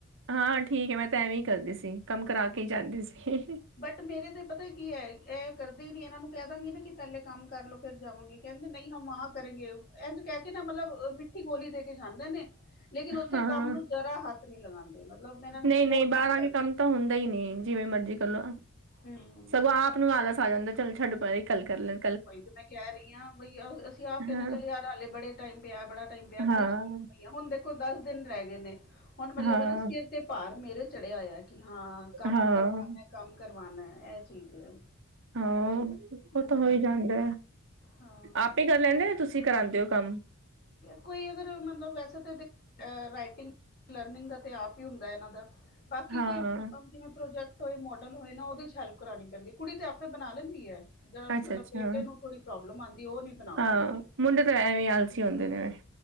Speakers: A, on the right; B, on the left.
A: ਹਾਂ ਠੀਕ ਹੈ ਮੈਂ ਤਾਂ ਐਵੇਂ ਹੀ ਕਰਦੀ ਸੀ ਕੰਮ ਕਰਾ ਕੇ ਹੀ ਜਾਂਦੀ ਸੀ।
B: ਬਟ ਮੇਰੇ ਤੇ ਪਤਾ ਕੀ ਹੈ ਇਹ ਕਰਦੇ ਹੀ ਨੀ ਇਹਨਾਂ ਨੂੰ ਕਹਿ ਦਾਂਗੀ ਨਾ ਕਿ ਪਹਿਲੇ ਕੰਮ ਕਰਲੋ ਫਿਰ ਜਾਵਾਂਗੇ। ਕਹਿੰਦੇ ਨਹੀਂ ਹਮ ਵਹਾ ਕਰੇਗੇ ਇੰਝ ਕਹਿ ਕੇ ਨਾ ਮਤਲਬ ਮਿੱਠੀ ਗੋਲੀ ਦੇ ਕੇ ਜਾਂਦੇ ਨੇ। ਲੇਕਿਨ ਉੱਥੇ
A: ਹਾਂ
B: ਕੰਮ ਨੂੰ ਜ਼ਰਾ ਹੱਥ ਨੀ ਲਗਾਉਂਦੇ ਮਤਲਬ ਇਹਨਾਂ ਨੂੰ
A: ਨਹੀਂ
B: ਬੋਲਣਾ
A: ਨਹੀਂ ਬਾਹਰ ਆ
B: ਪੈਂਦਾ।
A: ਕੇ ਕੰਮ ਤਾਂ ਹੁੰਦਾ ਹੀ ਨਹੀਂ ਜਿਵੇਂ ਮਰਜੀ ਕਰਲੋ।
B: ਹਮ।
A: ਸਗੋਂ ਆਪ ਨੂੰ ਆਲਸ ਆ ਜਾਂਦਾ ਚਲ ਛੱਡ ਪਰੇ ਕੱਲ ਕਰਲਾ
B: ਬਾਈ ਤੇ ਮੈਂ ਕਹਿ ਰਹੀ ਹਾਂ ਬ ਅਸੀਂ ਆਪ ਕਹਿੰਦੇ
A: ਹਾਂ
B: ਚੱਲ ਯਾਰ ਹਾਲੇ ਬੜੇ ਟਾਈਮ ਪਿਆ, ਬੜਾ ਟਾਈਮ ਪਿਆ,
A: ਹਾਂ
B: ਬੜੀ ਛੁੱਟੀ ਪਈਆਂ ਹੁਣ ਦੇਖੋ ਦਸ ਦਿਨ ਰਹਿ ਗਏ ਨੇ। ਹੁਣ ਮਤਲਬ
A: ਹਾਂ
B: ਨਾ ਸਿਰ ਤੇ ਭਾਰ ਮੇਰੇ ਚੜਿਆ ਹੋਇਆ ਕਿ ਹਾਂ ਕੰਮ
A: ਹਾਂ
B: ਕਰਵਾਨੇ। ਕੰਮ ਕਰਵਾਉਣਾ ਇਹ ਚੀਜ਼ ਹੈ।
A: ਹਾਂ
B: ਹਮ,
A: ਉਹ ਤਾਂ ਹੋ ਹੀ ਜਾਂਦਾ
B: ਹਾਂ
A: ਆਪ ਹੀ ਕਰ ਲੈਂਦੇਂ ਜਾ ਤੁਸੀਂ ਕਰਾਉਂਦੇ ਹੋ ਕੰਮ।
B: ਕੋਈ ਅਗਰ ਮਤਲਬ ਵੈਸੇ ਤਾਂ ਦੇ ਰਾਈਟਿੰਗ ਲਰਨਿੰਗ ਦਾ ਤੇ ਆਪ ਹੀ ਹੁੰਦਾ ਇਹਨਾਂ ਦਾ ਬਾਕੀ
A: ਹਾਂ
B: ਕੋਈ ਜਿਵੇਂ ਪ੍ਰੋਜੈਕਟ ਕੋਈ ਮੋਡਲ ਹੋਏ ਨਾ ਉਹਦੇ ਚ ਹੈਲਪ ਕਰਵਾਣੀ ਪੈਂਦੀ ਹੈ ਕੁੜੀ ਤੇ ਆਪੇ ਬਣਾ ਲੈਂਦੀ ਹੈ। ਜਿਹੜਾ ਮਤਲਬ
A: ਅੱਛਾ ਅੱਛਾ
B: ਬੇਟੇ ਨੂੰ ਥੋੜੀ ਪ੍ਰੋਬਲਮ ਆਉਂਦੀ ਉਹ ਨੀ ਬਣਾ
A: ਹਾਂ
B: ਪਾਉਂਦਾ।
A: ਮੁੰਡੇ ਤਾਂ ਐਵੇਂ ਆਲਸੀ ਹੁੰਦੇ ਨੇ।